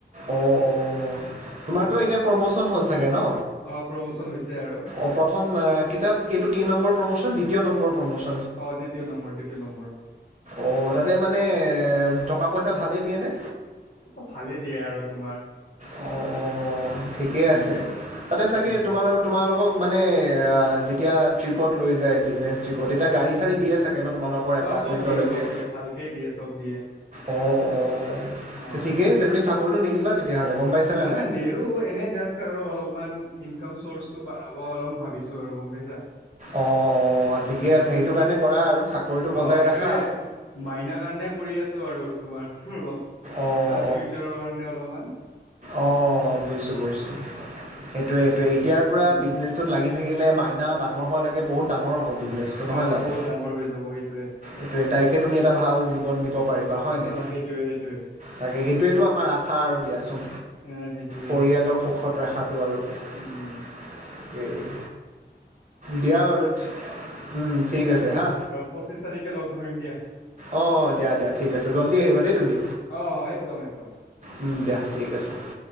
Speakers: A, on the right (about 40°); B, on the left (about 85°).
A: অ'অ'তোমাৰতো
B: অ
A: এতিয়া প্ৰমচন হ'ল চাগে ন?
B: অ' প্ৰমচন হৈছে আৰু।
A: অ'প্ৰথম এ কিতাপ কেইটো কেই নম্বৰ প্ৰমচন দ্বিতীয় নম্বৰ প্ৰমচন।
B: অ' দ্বিতীয় নম্বৰ, দ্বিতীয় নম্বৰ।
A: অ'তাতে মানে টকা-পইচা ভালেই দিয়েনে?
B: অ'ভালে দিয়ে আৰু তোমাৰ।
A: অ'অ' ঠিকেই
B: উম
A: আছে তাতে চাগে
B: উম
A: তোমাৰ আৰু তোমালোকক মানে আ, যেতিয়া ট্ৰিপত লৈ যায় বিজনেছ ট্ৰিপত তেতিয়া গাড়ী
B: হম
A: চাৰি
B: হম
A: দিয়ে চাগে ন' তোমালোকৰ এপাৰ্টমেণ্টলৈকে?
B: অ চব দিয়ে চব দিয়ে ভালকে দিয়ে চব দিয়ে
A: অ' অ'
B: অ
A: তে ঠিকেই আছে তুমি চাকৰিটো নেৰিবা তেতিয়াহ'লে। গম পাইছানে
B: নাই, নাই নেৰো এনে জাষ্ট আৰু অলপমান ইনকাম চৰ্চটো বাঢ়ক। অ' অলম ভাবিছো আৰু গম পাইছা।
A: অ' অ' ঠিকে
B: উম
A: আছে সেইটো কাৰণে কৰা আৰু চাকৰিটো
B: অ
A: বজাই
B: সেইটোয়ে
A: ৰাখা।
B: মাইনা কাৰণে কৰি আছো আৰু তোমাৰ অলপ
A: অঁ
B: তাৰ ফিউচাৰৰ কাৰণে অলমান।
A: অ' বুজিছো, বুজিছো সেইটোৱে, সেইটোৱে এতিয়াৰ পৰা
B: উম
A: বিজনেচ ছত লাগি থাকিলে মাইনা ডাঙৰ হোৱালৈকে বহুত ডাঙৰ হ'ব বিজনেছটো নহয়
B: আহ
A: জানো?
B: বহুত ডাঙৰ হৈ যাব এইটোৱে
A: এইটোৱে তাইকে তুমি এটা ভাল জীৱন দিব পাৰিবা হয় নে?
B: অ সেইটোৱে সেইটোৱে
A: তাকে সেইটোৱেটো আমাৰ আশা আৰু দিয়া চোন
B: অ সেইটোৱে
A: পৰিয়ালক সুখত ৰাখাটো আৰু। এ,
B: উম
A: দিয়া বাৰু উম, ঠিক আছে হা।
B: পঁচিছ তাৰিখে লগ ধৰিম দিয়া।
A: অ' অ' দিয়া, দিয়া ঠিক আছে জল্দি আহিবা দেই তুমি।
B: অ'অ'একদম, একদম।
A: উম, দিয়া ঠিক আছে দিয়া।